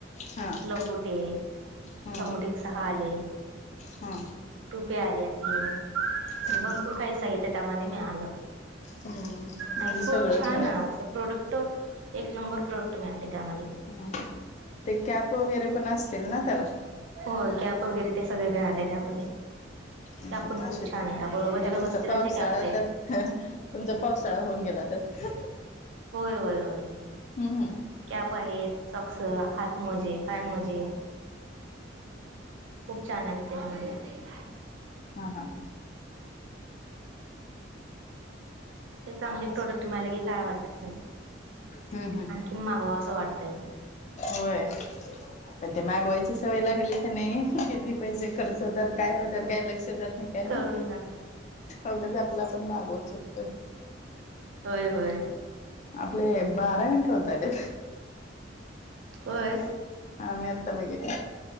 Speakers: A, on the left; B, on the right.
A: हा <unintelligible>
B: लंगुटे
A: हा
B: लंगुटे एक सहा आले.
A: हा.
B: टोपे आल्या तीन
A: हम्म
B: भरपूर काही साहित्य त्यामध्ये मिळालं.
A: हम्म
B: आणि
A: म्हणजे
B: खूप
A: सगळंच
B: छान
A: मिळालं
B: आहे असं, प्रोडक्ट एक नंबर प्रोडक्ट मिळाले त्यामध्ये.
A: हं, ते कॅप वगैरे पण असतील ना त्याला.
B: हो कॅब वगैरे ते सगळ मिळाले त्यामध्ये.
A: हं,
B: कॅब पण खूप
A: असे
B: छान आहे, त्या बरोबर
A: म्हणजे
B: त्याला
A: तुमचा
B: बसतील
A: पावसाळा
B: अशा कॅबचा आहे.
A: त्यात तुमचा पावसाळा होऊन गेला, तरत.
B: होय होय होय.
A: हम्मम.
B: कॅब आहेत चक्स हात मोजे पाय मोजे. खूप छानल आहे तरी मु
A: हा हा हां.
B: असे चांगले
A: असं
B: प्रोडक्ट मला की काय वाटत नाही,
A: हम्म हम्म
B: आणखीन
A: हम्म
B: मागवा असं वाटत. ते.
A: होय पण ते मागवायची सवय लागली क नाही, किती पैसे खर्च होतात, काय होतात काय लक्ष जात नाही. काही नाही
B: करून जात
A: अगच आपला पण मागवत सुटतोय.
B: होय होय.
A: आपले बारा मिनट होत आलेत.
B: होय?
A: हा मी आत्ता बघितलं